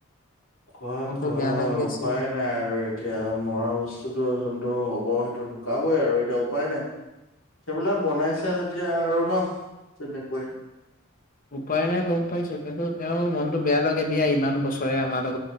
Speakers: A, on the left; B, on the left.
A: খোৱা
B: মনটো
A: খোৱা
B: বেয়া লাগি আছে।
A: উপায় নাই আৰু এতিয়া মৰা বস্তুটো যোনটো হ'ব টো ঢুকাবই আৰু এতিয়া উপায় নাই সেইবিলাক বনাইছে যেতিয়া আৰু ন, তেনেকুৱাই
B: উপায় নাই গম পাইছো কিন্তু তেওঁ মনতটো বেয়া লাগে দিয়া ইমান বছৰে আমাৰ লগত